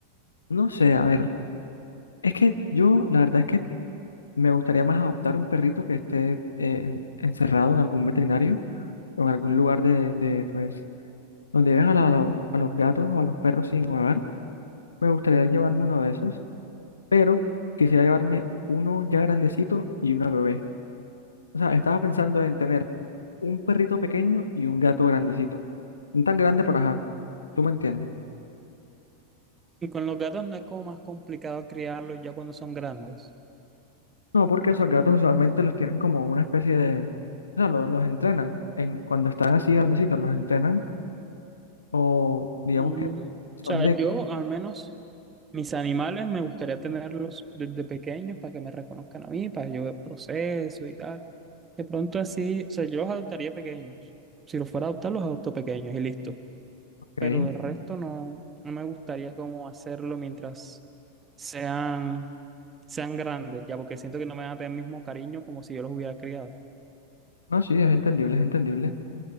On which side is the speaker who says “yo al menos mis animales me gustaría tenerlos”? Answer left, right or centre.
Right